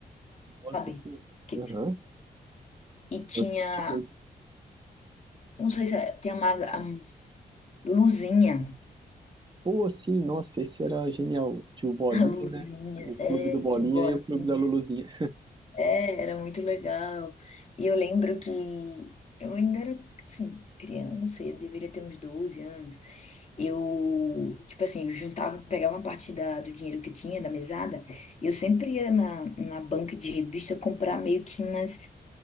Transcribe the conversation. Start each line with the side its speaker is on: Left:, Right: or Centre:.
Right: Nossa,
Left: sabe?
Right: sim.
Left: Que-
Right: Aham,
Left: E tinha.
Right: eu assisti muito.
Left: eu Não sei se é- tem a, maga, a Luzinha.
Right: Pô, sim, nossa, esse era genial. Tinha o Bolinha,
Left: A luzinha,
Right: né? O
Left: é,
Right: Clube do Bolinha
Left: tinha um bolinha.
Right: e o Clube da Luluzinha.
Left: É, era muito legal. E eu lembro que eu ainda era, assim, criança, não sei, eu deveria ter uns 12 anos. Eu, tipo assim, eu juntava, pegava uma parte da, do dinheiro que eu tinha, da mesada, e eu sempre ia na, na banca de revista comprar meio que umas.